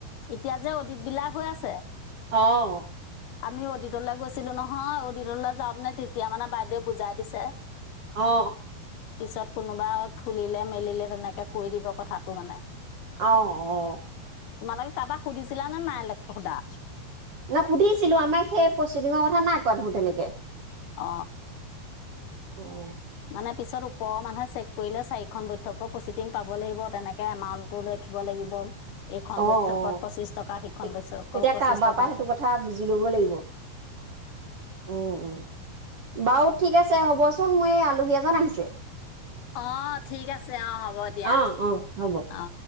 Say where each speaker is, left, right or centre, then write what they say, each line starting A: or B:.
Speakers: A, on the left; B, on the right.
A: এতিয়া যে অদিত বিলাক হৈ আছে।
B: আহ
A: আমি অদিতলা গৈছিলো নহয় অদিতললৈ যাওঁ ন এতিয়া মানে বাইদেউ বুজাই দিছে।
B: অ অ
A: পিছত কোনোবা খুলিলে মেলিলে তেনেকে কৈ দিব কথাটো মানে।
B: আহ অ
A: তোমালোকে কাৰোবাক সুধিছিলা নে নাই সোধা
B: ন সুধিছিলো আমাক সেই পচিদিঙৰ কথা নাই কোৱা দেখোন তেনেকে
A: অ
B: অ অ।
A: মানে পিছত ওপৰৰ মানুহে চেক কৰিলে চাৰিখন বৈঠকৰ প্ৰচিটিং পাব লাগিব তেনেকৈ এমাউণ্টটো লিখিব লাগিব। এইখন
B: অ অ
A: বৈঠকত পঁচিছ টকা সিখন
B: তেতিয়া
A: বৈঠকত পঁচিছ
B: কাৰোবাৰ
A: টকা
B: পৰা সেইটো কথা বুজি লব লাগিব উম উম। বাৰু ঠিক আছে হ'বচোন মোৰ এই আলহী এজন আহিছে।
A: অ ঠিক আছে অ হ'ব
B: অ',
A: দিয়া
B: অ', হ'ব।
A: অ।